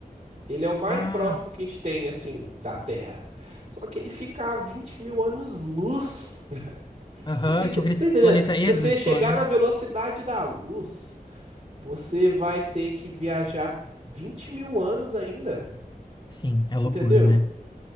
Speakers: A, on the right; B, on the left.
A: Ele é o mais
B: Ah,
A: próximo que a gente tem, assim, da Terra. Só que ele fica a 20 mil anos-luz.
B: aham,
A: Você tá ente-
B: tinha aquele
A: você tá entendendo?
B: planeta exoesplaneto.
A: Se você chegar na velocidade da luz, você vai ter que viajar 20 mil anos ainda.
B: Sim, é loucura,
A: Entendeu?
B: né?